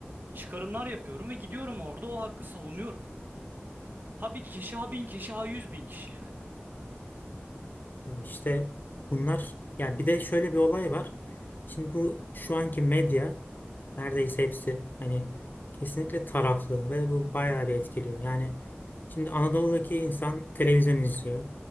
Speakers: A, on the right; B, on the left.
A: çıkarımlar yapıyorum ve gidiyorum orada o hakkı savunuyorum. Ha bir kişi, ha bin kişi, ha yüz bin kişi yani.
B: Ya işte bunlar ya bir de şöyle bir olay var. Şimdi bu şu anki medya neredeyse hepsi hani kesinlikle taraflı ve bu bayağı bir etkiliyor. Yani şimdi Anadolu'daki insan televizyon izliyor.